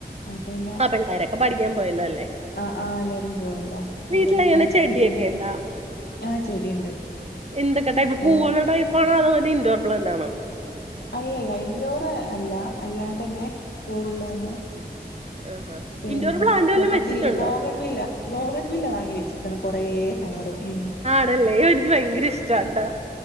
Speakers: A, on the left; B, on the right.
A: ആപ്പ പിന്നെ
B: ആഹ് പിള്ളേരൊക്കെ പഠിക്കാൻ പോയല്ലോ അല്ലേ
A: ആ ആ എല്ലാരും പോവല്ലോ
B: വീട്ടിലെങ്ങനെ
A: അപ്പൊ പിന്നെ അകത്തില്
B: ചെടിയൊക്കെ
A: പിന്നെ
B: ഉണ്ടോ
A: ആ ചെടിയുണ്ട്
B: എന്തൊക്കെ ടൈപ്പ് പൂവളുടെ
A: ഏ
B: ടൈപ്പ ആണോ അതോ മറ്റ ഇൻഡോർ പ്ലാന്റ് ആണോ
A: അല്ലല്ല ഇൻഡോർ അല്ല അല്ലാണ്ട്ന്നെ പോവുള്ള തന്നെ
B: ആഹ് ആഹ്
A: പിന്നെ
B: ഇൻഡോർ പ്ലാന്റ് വല്ലോം
A: മറ്റേ
B: വെച്ചിട്ടുണ്ടോ?
A: ഇതില്ലേ ബോഗൺവില്ല ബോഗൺവില്ല വാങ്ങി വെച്ചിക്കന്ന് കൊറേ കളറ് ഉ
B: ആണല്ലേോ എനിക്ക് ഭയങ്കര ഇഷ്ടാണ്ടാ